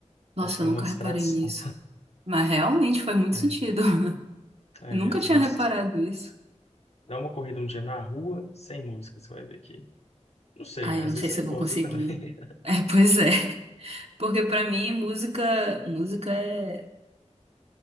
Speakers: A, on the right; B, on the left.
A: nossa,
B: Acho que
A: eu
B: é
A: nunca
B: uma distração.
A: reparei nisso. Mas realmente faz muito
B: É
A: sentido. <laughs>
B: Aí,
A: Eu nunca
B: às
A: tinha
B: vezes,
A: reparado isso.
B: dá uma corrida um dia na rua, sem música, você vai ver que. Não sei,
A: Ai,
B: né?
A: eu
B: Às
A: não
B: vezes
A: sei
B: você
A: se
B: não
A: eu
B: gosta
A: vou conseguir.
B: também. <laughs>
A: É, pois é. Porque pra mim, música, música é